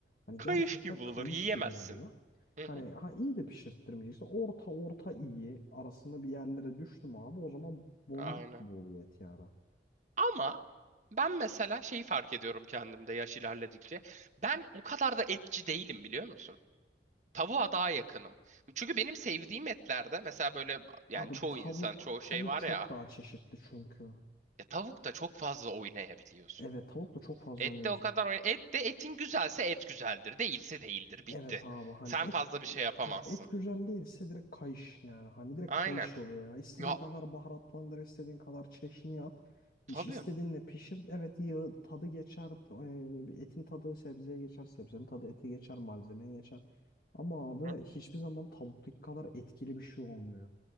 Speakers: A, on the left; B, on the right.
A: Hani
B: kayış
A: gerçekten
B: gibi olur
A: kayış
B: yiyemezsin.
A: gibi oluyor.
B: Hı
A: Hani
B: hı,
A: ha iyi de pişirttirmeyeceksin. Orta orta iyi arasında bir yerlere düştüm abi. O zaman boncuk
B: aynen.
A: gibi oluyor et yani.
B: Ama ben mesela şeyi fark ediyorum kendimde yaş ilerledikçe. Ben o kadar da etçi değilim biliyor musun? Tavuğa daha yakınım. Çünkü benim sevdiğim etlerde mesela böyle yani
A: Abi
B: çoğu
A: tavuk
B: insan çoğu
A: tavuk
B: şey var
A: çok
B: ya.
A: daha çeşitli çünkü.
B: Ya tavukta çok fazla oynayabiliyorsun.
A: Evet tavukla çok fazla
B: Et
A: oynuyoruz.
B: de o kadar oyn- et de etin güzelse et güzeldir, değilse değildir, bitti.
A: Evet abi hani
B: Sen
A: et
B: fazla bir şey yapamazsın.
A: hani et güzel değilse direkt kayış yani. Hani direkt
B: Aynen.
A: kayış oluyor ya. İstediğin
B: Ya
A: kadar baharatlandır, istediğin kadar çeşniye at.
B: tabii.
A: İş istediğinle pişir. Evet yağı tadı geçer. e, bir etin tadı sebzeye geçer. Sebzenin tadı ete geçer. Malzemeye geçer. Ama abi
B: Hı,
A: hiçbir zaman tavuktaki kadar etkili bir şey olmuyor.